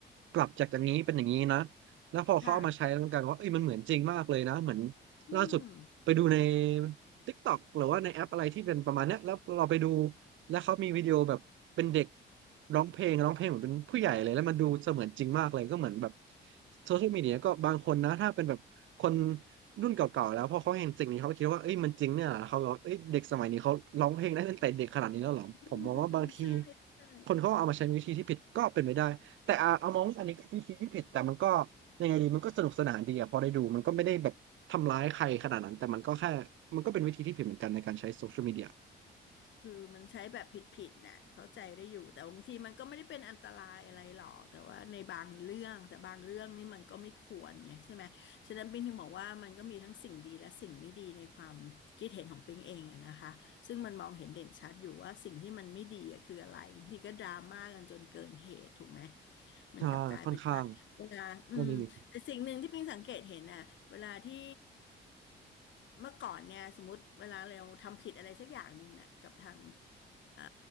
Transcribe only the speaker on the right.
กลับจากอย่างนี้เป็นอย่างนี้นะแล้วพอเขาเอามาใช้แล้วมันกลายเป็นว่าเอ้ยมันเหมือนจริงมากเลยนะเหมือน
ล่าสุดไปดูใน TikTok หรือว่าในแอปอะไรที่เป็นประมาณเนี้ยแล้วเราไปดู แล้วเขามีวิดีโอแบบเป็นเด็กร้องเพลงร้องเพลงเหมือนเป็นผู้ใหญ่เลยแล้วมันดูเสมือนจริงมากเลยก็เหมือนแบบโซเชียลมีเดียก็บางคนนะถ้าเป็นแบบคนรุ่นเก่าๆแล้วพอเขาเห็นสิ่งนี้เขาก็คิดว่าเอ้ยมันจริงเนี่ยเหรอเขาบอกว่าเอ้ยเด็กสมัยนี้เขาร้องเพลงได้ตั้งแต่เด็กขนาดนี้แล้วเหรอผมมองว่าบางที
คนเขาเอามาใช้วิธีที่ผิดก็เป็นไปได้แต่อ่ะเอามองว่าอันนี้ก็วิธีที่ผิดแต่มันก็ยังไงดีมันก็สนุกสนานดีอะพอได้ดูมันก็ไม่ได้แบบทำร้ายใครขนาดนั้นแต่มันก็แค่มันก็เป็นวิธีที่ผิดเหมือนกันในการใช้โซเชียลมีเดีย
ใช่ค่อนข้าง ก็นิมิต